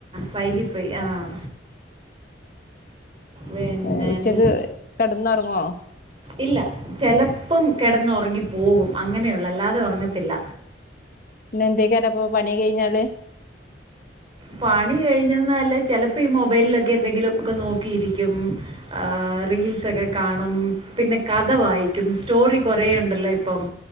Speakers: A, on the right; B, on the left.
A: വൈകി പോയി ആഹ് പിന്നെ
B: ആഹ് ഉച്ചക്ക്
A: എന്ത്
B: കിടന്ന് ഉറങ്ങോ
A: ഇല്ല ചിലപ്പം കിടന്നുറങ്ങിപ്പോകും അങ്ങനെയുള്ളൂ അല്ലാതെ ഉറങ്ങത്തില്ല
B: പിന്നെന്തേ കാരപ്പോ പണി കഴിഞ്ഞാല്
A: പണി കഴിഞ്ഞന്നാല് ചെലപ്പോ ഈ മൊബൈലിലൊക്കെ എന്തെങ്കിലൊക്കെ നോക്കിയിരിക്കും ആഹ് റീൽസൊക്കെ കാണും പിന്നെ കഥ വായിക്കും സ്റ്റോറി കുറേ ഉണ്ടല്ലോ ഇപ്പം